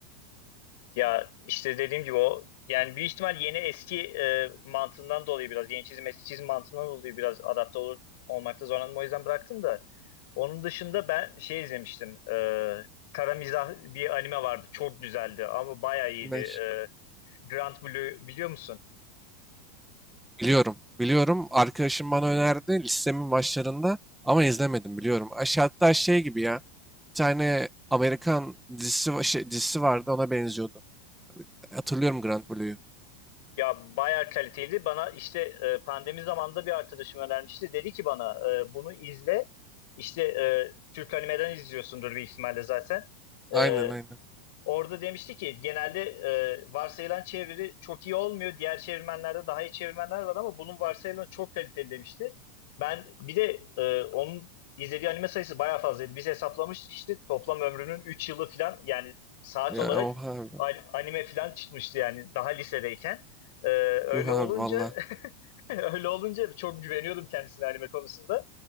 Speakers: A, on the left; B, in the centre.
A: Ya işte dediğim gibi o yani büyük ihtimal yeni eski e, mantığından dolayı biraz yeni çizim eski çizim mantığından dolayı biraz adapte olur, olmakta zorlandım o yüzden bıraktım da onun dışında ben şey izlemiştim e, Kara Mizah bir anime vardı çok güzeldi ama bayağı iyiydi
B: Ne?
A: e, Grand Blue biliyor musun?
B: Biliyorum. Biliyorum. Arkadaşım bana önerdi listemin başlarında ama izlemedim biliyorum. Aşağı hatta şey gibi ya. Bir tane Amerikan dizisi, va- şey, dizisi vardı ona benziyordu. Hatırlıyorum Grand Blue'yu.
A: Ya bayağı kaliteliydi bana işte e, pandemi zamanında bir arkadaşım önermişti dedi ki bana e, bunu izle işte e, Türk animeden izliyorsundur bir ihtimalle zaten.
B: Aynen
A: E,
B: aynen.
A: Orada demişti ki genelde e, varsayılan çeviri çok iyi olmuyor. Diğer çevirmenlerde daha iyi çevirmenler var ama bunun varsayılanı çok kaliteli demişti. Ben bir de e, onun izlediği anime sayısı bayağı fazlaydı. Biz hesaplamıştık işte toplam ömrünün 3 yılı falan yani saat
B: Ya
A: olarak
B: oha abi.
A: anime falan çıkmıştı yani daha lisedeyken. E, öyle
B: Yuh
A: olunca
B: abi valla.
A: <laughs> öyle olunca çok güveniyordum kendisine anime konusunda.